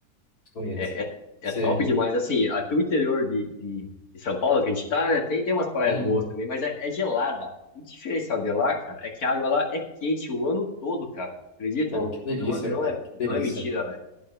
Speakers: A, on the left (about 85°); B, on the left (about 70°).
A: Bonito.
B: É, é, é
A: Você...
B: top demais. Assim, aqui o interior de, de, de São Paulo que a gente tá, né? Tem, tem umas praias
A: Uhum.
B: boas também, mas é, é gelada. O diferencial de lá, cara, é que a água lá é quente o ano todo, cara. Acredita?
A: Pô, que delícia,
B: Não, não
A: cara.
B: é,
A: Que
B: não
A: delícia.
B: é mentira, velho.